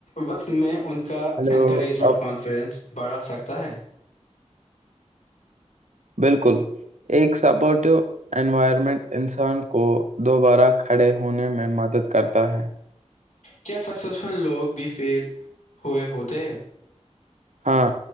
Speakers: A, on the left; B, on the right.
A: وقت میں ان کا
B: ہلو
A: انکریجمنٹ
B: اب
A: کانفیڈنس بڑھا سکتا ہے
B: بالکل ایک سبٹ انوائرمنٹ انسان کو دوبارہ کھڑے ہونے میں مدد کرتا ہے
A: کیا سکسیسفل لوگ بھی فیل ہوئے ہوتے ہیں
B: ہاں